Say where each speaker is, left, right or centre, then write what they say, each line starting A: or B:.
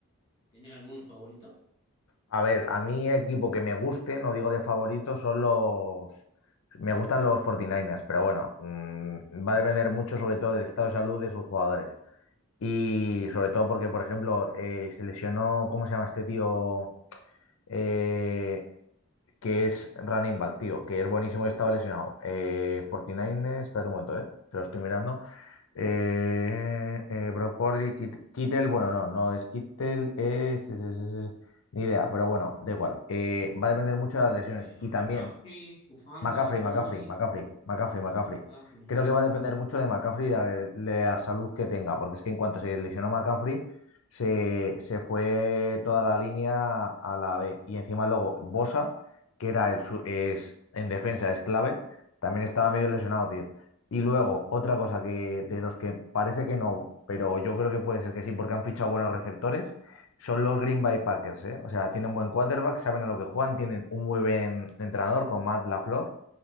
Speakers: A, on the left (about 20°); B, on the left (about 65°).
A: ¿Tenés algún favorito?
B: A ver, a mí equipo que me guste, no digo de favorito, son los... Me gustan los 49 niners, pero bueno, mm, va a depender mucho sobre todo del estado de salud de sus jugadores. Y sobre todo porque, por ejemplo, eh, se lesionó, ¿cómo se llama este tío? Eh, que es running back, tío, que es buenísimo y estaba lesionado. Eh, 49ers, espérate un momento, eh, te lo estoy mirando. Eh, eh, Brock Purdy, Kit- Kittel, bueno, no, no es Kittel, es, es- es- es- ni idea, pero bueno, da igual. Eh, va a depender mucho de las lesiones
A: Eh,
B: y
A: McCaffrey,
B: también
A: Ufanga,
B: McCaffrey, McCaffrey,
A: Moody,
B: McCaffrey, McCaffrey, McCaffrey.
A: McCaffrey,
B: Creo
A: ajá.
B: que va a depender mucho de McCaffrey y la, la salud que tenga, porque es que en cuanto se lesionó McCaffrey, se, se fue toda la línea a la B. Y encima luego Bosa, que era el, su- es, en defensa es clave, también estaba medio lesionado, tío. Y luego, otra cosa que de los que parece que no, pero yo creo que puede ser que sí, porque han fichado buenos receptores, son los Green Bay Packers, ¿eh? O sea, tienen buen quarterback, saben a lo que juegan, tienen un muy buen entrenador con Matt LaFleur